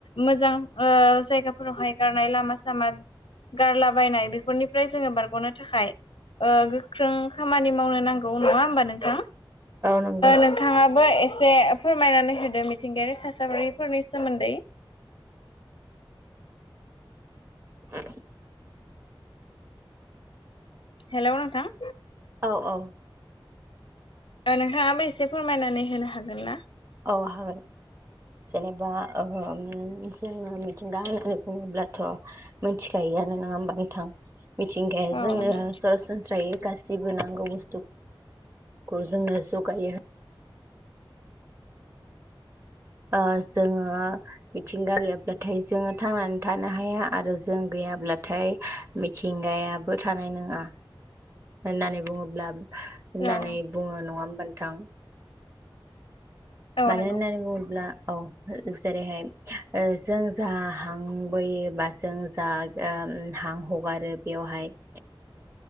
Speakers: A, on the left; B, on the right.
A: मोजां! मोजां, जायगाफोरावहाय, गारनाय लामा, सामा गारला बायनाय बेफोरनि फ्राय जोङो बारग'नो थाखाय, ! ओ, गोख्रों खामानि, मावनो नांगौ, ! नङा, होमबा नोंथां,
B: नंगौ
A: नोंथाङाबो ओ, एसे, फोरमायनानै! होदो मिथिंगायारि, थासारिफोरनि सोमोन्दै,
B: आ,
A: हेल' नोंथां,
B: औ औ,
A: नोंथाङाबो, एसे, फोरमायनानै होनो, हागोन ना, !
B: औ, हागोन जेनेबा जोङो, मिथिंगा होन--, ! बुङोब्लाथ' मिथिखायोआानो नङा, होमब नोंथां, ! मिथिंगाया
A: औ
B: जोंनो
A: नंगौ।
B: सरासनस्रायै गासैबो जेबो नांगौ, बुस्थु, खौ जोंनो, जगायो! औ। ओ जोङो मिथिंगा गैयाब्लाथाय जोङो, थांनानै थानो हाया आरो जों गैयाब्ला अब्लाथाय मिथिंगायाबो थानाय नङा होननानै बुङोब्ला होननानै
A: औ
B: बुङो, नङा, होनोमबथां, !
A: औ
B: मानो
A: नंगौ
B: होन्नानै बुङोब्ला औ जेरै हाय जों जा हांबोयोबा जों जा ओ हां, हगारो बेयावहाय, !